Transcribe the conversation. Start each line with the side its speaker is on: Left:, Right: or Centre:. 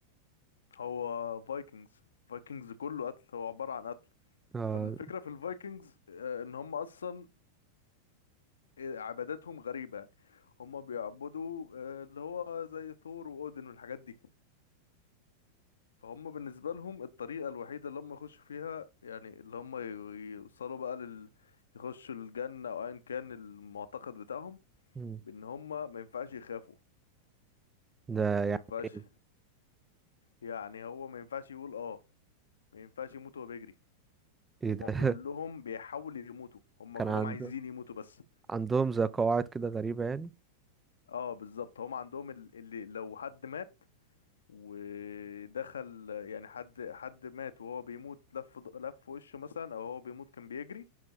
Left: هو فايكنجز فايكنجز كله قتل هو عباره عن قتل
Right: اه
Left: والفكره في الفايكنجز آه، ان هم اصلا آه، عباداتهم غريبه يعني هم بيعبدوا آه، اللي هو زي ثور واودن والحاجات دي فهم بالنسبه لهم الطريقه الوحيده اللي هم يخشوا فيها يعني اللي هم ي- يوصلوا بقى لل يخشوا الجنه او ايا كان المعتقد بتاعهم
Right: مم.
Left: بان هم ما ينفعش يخافوا
Right: ده
Left: وما
Right: يعني
Left: ينفعش
Right: ايه
Left: يعني هو ما ينفعش يقول اه ما ينفعش يموت وهو بيجري
Right: إيه
Left: هما
Right: ده
Left: كلهم
Right: <laughs>
Left: بيحاولوا يموتوا هما
Right: كان
Left: كلهم
Right: عند...
Left: عايزين يموتوا بس
Right: عندهم زي قواعد كده غريبة يعني
Left: اه بالظبط هما عندهم ال- اللي لو حد مات ودخل يعني حد حد مات وهو بيموت لف ض- لف وشه مثلا او هو بيموت كان بيجري